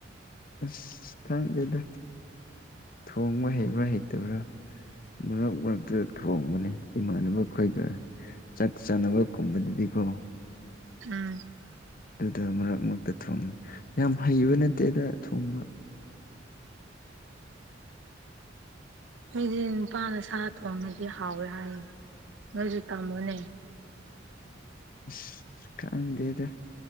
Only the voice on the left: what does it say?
ꯑꯁ ꯈꯪꯗꯦꯗ ꯊꯣꯡꯕ ꯍꯩꯕ꯭ꯔꯥ ꯍꯩꯇꯕ꯭ꯔꯥ ꯃꯔꯛ ꯃꯔꯛꯇ ꯊꯣꯡꯕꯅꯤ ꯏꯃꯥꯟꯅꯕ ꯑꯩꯈꯣꯏꯒ ꯆꯠ ꯆꯥꯅꯕ ꯀꯨꯝꯕꯗꯨꯗꯤꯀꯣ
ꯑꯗꯨꯗ ꯃꯔꯛ ꯃꯔꯛꯇ ꯊꯣꯡꯉꯤ ꯌꯥꯝ ꯍꯩꯕ ꯅꯠꯇꯦꯗ ꯊꯣꯡꯕ
ꯑꯁ ꯈꯪꯗꯦꯗ